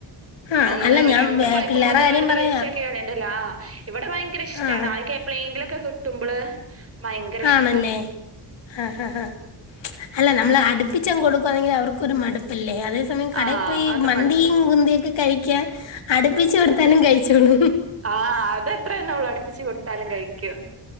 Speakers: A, on the left; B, on the right.
A: ആ
B: ഒന്ന്
A: അല്ല ഞാൻ
B: രണ്ടും
A: വേ-
B: പയ്ക്കുമ്പോത്തിനും
A: പിള്ളേരെ കാര്യം
B: വെർതെ
A: പറയാ
B: വേസ്റ്റാക്കി കളയണ്ടല്ലോ ആഹ് ഇവടെ ഭയങ്കര ഇഷ്ടാണ്
A: ആ
B: അദ്യിക്കെ എപ്പ്ളേങ്കിലൊക്കെ കിട്ടുമ്പള് ഭയങ്കര
A: ആണല്ലേ
B: ഇഷ്ടാണത്
A: ആഹ് ആഹ് ആഹ്. അല്ല നമ്മള് അട്പ്പിച്ചങ്ങ് കൊടുക്കുവാന്നെങ്കി അവർക്കൊരു മട്പ്പല്ലേ അതേ സ് സമയം കടയീ
B: ആഹ്
A: പോയി
B: അത്
A: മന്തിയും
B: മടുപ്പാ
A: കുന്തിയൊക്കെ കഴിക്കാൻ അട്പ്പിച്ച് കൊട്ത്താലും കഴിച്ചോളും.
B: ആഹ് അത് അത്രേന്നെ അവള് അട്പ്പ്ച്ച് കൊട്ത്താലും കഴിക്കും.